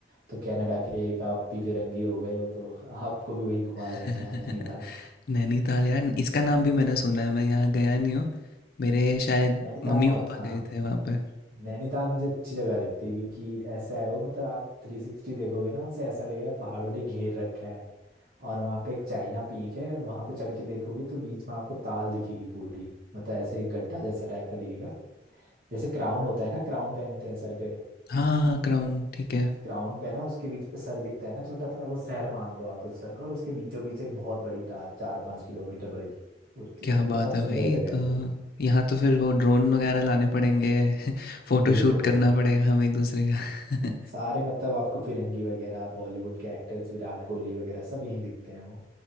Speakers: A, on the right; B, on the left.
A: तो कनाडा के एक आप भी फिरंगी हो गए हो तो आपको भी वही घुमा
B: <laughs>
A: लाएंगे हम नैनीताल
B: नैनीताल यार इसका नाम भी मैंने सुना है मैं यहाँ गया नहीं हूँ मेरे शायद
A: नैनीताल
B: मम्मी
A: बहुत
B: पापा
A: हाँ
B: गए थे वहाँ पे
A: नैनीताल मुझे अच्छी जगह लगती है क्योंकि ऐसा है वो मतलब आप थ्री सिक्सटी देखोगे ना उसे ऐसा लगेगा पहाड़ों ने घेर रखा है और वहाँ पे एक चाइना पीक है वहाँ पे चढ़ के देखोगे तो बीच में आपको ताल दिखेगी पूरी मतलब ऐसे एक गड्ढा जैसा टाइप का दिखेगा जैसे क्राउन होता है ना क्राउन पहनते हैं सर पे
B: हाँ हाँ क्राउन ठीक है
A: क्राउन पहना उसके बीच पे सर दिखता है ना छोटा सा वो शहर मान लो आप उस सर का और उसके बीचों बीच एक बहुत बड़ी टार चार पाँच किलोमीटर बड़ी उतनी
B: क्या
A: तो वो
B: बात
A: बहुत
B: है
A: सुंदर
B: भाई
A: जगह
B: तो
A: है वो
B: यहाँ तो फिर वो ड्रोन वगैरह लाने पड़ेंगे <laughs> फोटो
A: बिल्कुल
B: शूट करना पड़ेगा हम एक दूसरे का
A: सारे मतलब आपको फिरंगी वगैरह बॉलीवुड के एक्टर्स विराट कोहली वगैरह सब यहीं दिखते हैं वो